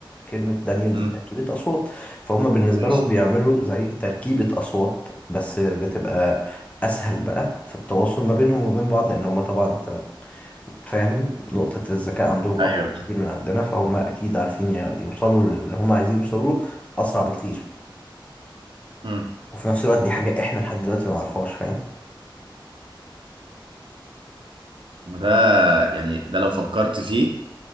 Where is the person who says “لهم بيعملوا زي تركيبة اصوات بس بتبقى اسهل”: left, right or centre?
Left